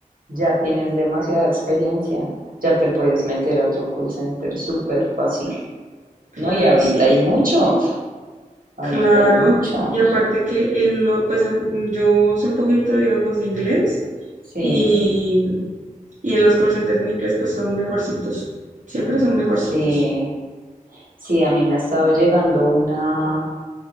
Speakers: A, on the right (about 85°); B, on the right (about 60°).
A: Ya tienes demasiada experiencia, ya te puedes meter a otro call center súper fácil.
B: Claro,
A: No, y ahorita
B: sí,
A: hay
B: y
A: muchos, ahorita
B: claro.
A: hay muchos.
B: Y aparte que en lo, pues am- yo sé un poquito, digamos, de inglés
A: Sí,
B: y, y en los call centers en inglés pues son mejorcitos. Siempre son mejorcitos.
A: sí, sí, a mí me ha estado llegando una,